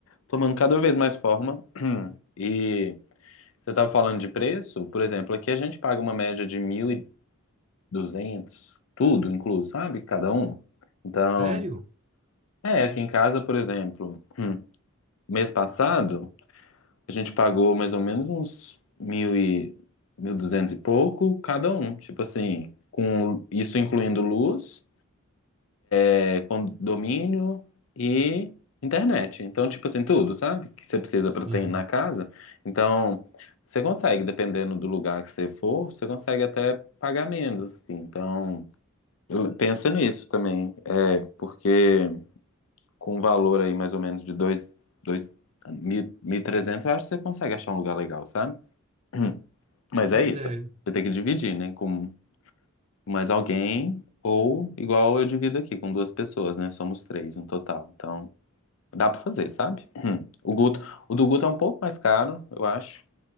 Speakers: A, on the left; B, on the right.
A: tomando cada vez mais forma. <clears throat> E. Você estava falando de preço? Por exemplo, aqui a gente paga uma média de mil e duzentos tudo incluso, sabe? Cada um. Então,
B: Sério?
A: é, aqui em casa, por exemplo, hum, mês passado, a gente pagou mais ou menos uns mil e 1.200 e pouco cada um. Tipo assim, com isso incluindo luz é, condomínio e internet. Então, tipo assim, tudo, sabe? Que você precisa para
B: Uhum.
A: ter na casa. Então, você consegue, dependendo do lugar que você for, você consegue até pagar menos, assim. Então, eu- pensa nisso também. É, porque com um valor aí mais ou menos de dois, dois, mil, 1.300, eu acho que você consegue achar um lugar legal, sabe? <clears throat> Mas
B: Pois
A: é isso.
B: é.
A: Você tem que dividir, né? Com mais alguém, ou igual eu divido aqui, com duas pessoas, né? Somos três no total. Então, Dá pra fazer, sabe? Hum. O Guto, o do Guto é um pouco mais caro, eu acho,